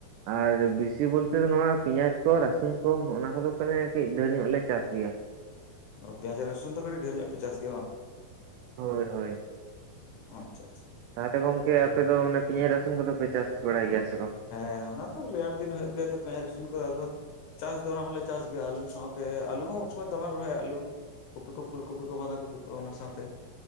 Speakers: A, on the right; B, on the left.
A: ᱟᱨ ᱵᱤᱥᱤ ᱵᱳᱞᱛᱮ ᱫᱚ ᱱᱚᱣᱟ ᱯᱤᱸᱭᱟᱡ ᱠᱚ ᱨᱟᱹᱥᱩᱱ ᱠᱚ ᱱᱚᱜ ᱚᱱᱟ ᱠᱚᱫᱚ ᱢᱟᱱᱮ ᱠᱟᱹᱡ ᱫᱷᱟᱹᱨ ᱧᱚᱜ ᱞᱮ ᱪᱟᱥ ᱜᱮᱭᱟ᱾
B: ᱚ ᱯᱮᱸᱭᱟᱡ ᱨᱟᱹᱥᱩᱱ ᱫᱚ ᱠᱟᱹᱴᱤᱡ ᱰᱷᱮᱨ ᱧᱚᱜ ᱯᱮ ᱪᱟᱥ ᱜᱮᱭᱟ ᱵᱟᱝ?
A: ᱦᱳᱭ ᱦᱳᱭ᱾
B: ᱟᱪᱪᱷᱟ ᱟᱪᱪᱷᱟ᱾
A: ᱛᱟᱦᱚᱞᱮ ᱜᱚᱝᱠᱮ ᱟᱯᱮ ᱫᱚ ᱢᱟᱱᱮ ᱯᱮᱸᱭᱟᱡ ᱨᱟᱹᱥᱩᱱ ᱠᱚᱫᱚᱯᱮ ᱪᱟᱥ ᱵᱟᱲᱟᱭ ᱜᱮᱭᱟ ᱥᱮ ᱵᱟᱝ?
B: ᱦᱮᱸ ᱚᱱᱟ ᱫᱚ ᱨᱮᱭᱟᱲ ᱫᱤᱱ ᱦᱩᱭᱩᱜ ᱜᱮᱭᱟ ᱛᱚ ᱯᱮᱸᱭᱟᱡ ᱨᱟᱹᱥᱩᱱ ᱠᱚᱫᱚ ᱟᱫᱚ ᱪᱟᱥ ᱫᱚ ᱚᱱᱟ ᱦᱚᱸᱞᱮ ᱪᱟᱥ ᱜᱮᱭᱟ ᱟᱞᱩ ᱥᱟᱶᱛᱮ ᱟᱞᱩ ᱦᱚᱸ ᱩᱱ ᱥᱚᱢᱚᱭ ᱫᱚᱢᱮᱨ ᱨᱚᱦᱚᱭᱚᱜᱼᱟ ᱟᱞᱩ ᱠᱩᱯᱤ ᱠᱚ ᱯᱷᱩᱞ ᱠᱩᱯᱤ ᱠᱚ ᱵᱟᱸᱫᱷᱟ ᱠᱚᱯᱤ ᱠᱚ ᱚᱱᱟ ᱥᱟᱶᱛᱮ